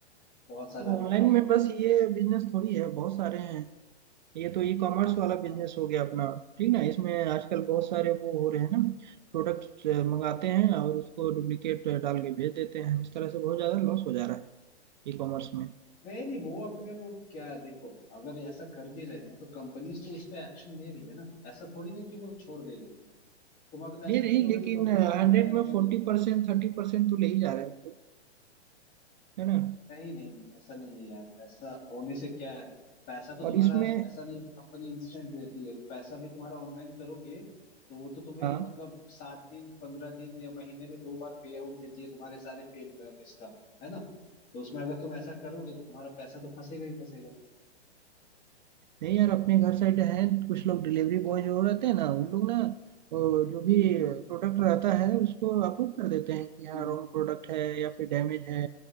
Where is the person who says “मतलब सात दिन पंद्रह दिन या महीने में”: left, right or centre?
Left